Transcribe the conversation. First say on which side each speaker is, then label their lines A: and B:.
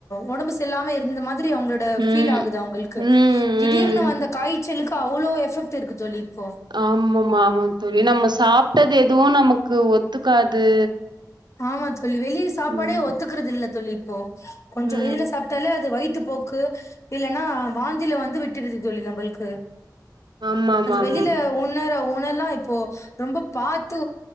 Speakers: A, on the left; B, on the right.
A: ஒடம்பு செல்லாம இருந்த மாதி ரி அவங்களோட
B: ம்
A: ஃபீல் ஆகுது அவங்கள்க்கு
B: ம்
A: திடீர்னு
B: ம்
A: வந்த காய்ச்சலுக்கு அவ்ளோ எ பெக்ட் இருக்கு தோழி இப்போ
B: ஆமம்மா ஆமாங் தோழி நம்ம சாப்ட்டது எதுவு நமக்கு ஒத்துக்காது
A: ஆமா தோழி வெளிய சாப்பாடே
B: ம்
A: ஒத்துக்கறது இல்ல தோழி இப்போ கொஞ்ச
B: ம்
A: வெளில சா ப்டாலே அது வயித்து போக்கு இல்லன்னா வாந்தில வந்து விட்டுருது தோழி நம்பளுக்கு
B: ஆமாமாமாம்
A: அது வெளியில உண்ணர உன்னல்லா இப்போ ரொம்ப பாத்து